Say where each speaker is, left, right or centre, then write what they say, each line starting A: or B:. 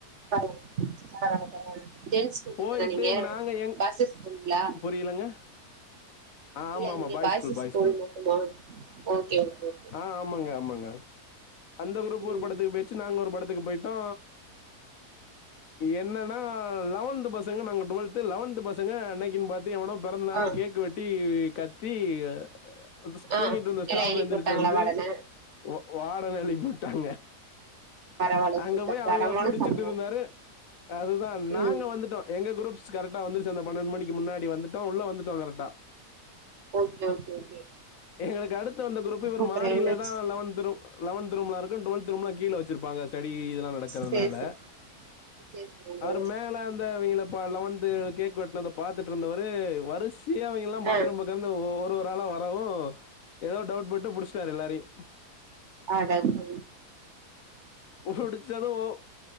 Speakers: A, on the right; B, on the left.
A: பரவால பரவால பரவால ஜென்ஸ் ஸ்டூடண்டா
B: போயிட்டு
A: நீங்க
B: நாங்க எங்
A: பாய்ஸஸ் ஸ்கூலுங்ளா
B: புரியலங்க ஆ
A: இல்ல
B: ஆமா ஆமா
A: நீங்க
B: பாய்
A: பாய்ஸஸ்
B: பாய்
A: ஸ்கூல் மட்டுமா ஓகே ஓகே
B: ஆ ஆமாங்க ஆமாங்க அந்த குரூப்
A: ம்
B: ஒரு படத்துக்கு பேய்ச்சி நாங்க ஒரு படத்துக்கு போய்டோ என்னன்னா லெவன்த் பசங்க நாங்க டுவெல்த் லெவன்த் பசங்க அன்னைக்கு பாத்து எவனோப் பிறந்தநாள்னு
A: ஆ
B: கேக்கு வெட்டி கத்தி அ அ அ தூங்கிட்டு
A: ஆ
B: இருந்த ஸ்டாப்
A: எல்லா எழுதி
B: எழுந்துருச்சி
A: போட்டாங்களா
B: வந்து
A: வாடன
B: ஓ வாடன எழுப்பி உட்டாங்க
A: பரவால்ல
B: அங்க
A: சூப்பர்
B: போய் அவ்ங்கிள
A: தரமான
B: புடிச்
A: சம்பவோ
B: சிட்டு இருந்தாரு அதுதா நாங்க
A: ம்
B: வந்துட்டோ எங்க குரூப்ஸ் கரெக்டா வந்துருச்சி அந்த பன்னெண்டு மணிக்கு முன்னாடி வந்துட்டோ உள்ள வந்துட்டோ கரெக்டா
A: ஓகே ஓகே
B: எங்களுக்கு அடுத்து வந்த குரூப் இவர்
A: அப்றோ
B: மாடில
A: என்னாச்சு
B: தா லவத் ரூம்பு லெவன்த் ரூம்லா இருக்கு டுவெத் ரூம்லா கீழ வச்சிருப்பாங்க ஸ்டடி இதெல்லா நடக்கறதுனால
A: சேரி சேரி சேரி சேரிங்க
B: அவர் மேல அந்த அவுங்கள லெவத் கேக் வெட்டனத பாத்துட்டு இருந்தவரு வரிசையா அவை எல்லா பாத்ரூம்ப
A: ஆ
B: தேரந்நு ஓ ஒரு ஒரு ஆளா வரவு ஏதோ டவுட் போட்டு புடிச்சாரு எல்லாரையு
A: அடக் <inaudible>
B: புடிச்சது ஆ